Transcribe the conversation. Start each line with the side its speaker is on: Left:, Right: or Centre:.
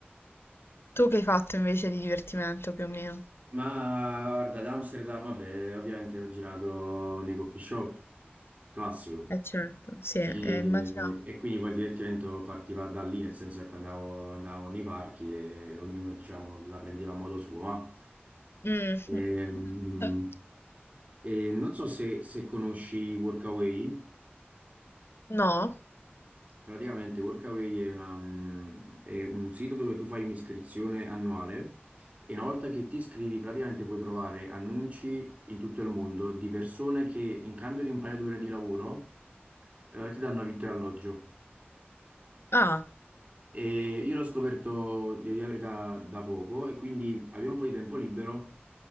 Left: Tu che hai fatto invece di divertimento più o meno?
Right: Ma guarda, ad Amsterdam, vabbè, ovviamente ho girato nei coffee shop, classico.
Left: Eh certo, sì, eh,
Right: E,
Left: immaginavo.
Right: e quindi poi il divertimento partiva da lì, nel senso che quando andavo, andavamo nei parchi e ognuno, diciamo, la prendeva a modo suo. va.
Left: Mm.
Right: Ehm,
Left: <laughs>
Right: E, non so se, se conosci Workaway.
Left: No?
Right: Praticamente Workaway è, una, mm, è un sito dove tu fai un'iscrizione annuale e una volta che ti iscrivi praticamente puoi trovare annunci in tutto il mondo di persone che in cambio di un paio d'ore di lavoro eh, ti danno vitto e alloggio.
Left: Ah.
Right: E io l'ho scoperto di dire la verità da poco e quindi avevo un po' di tempo libero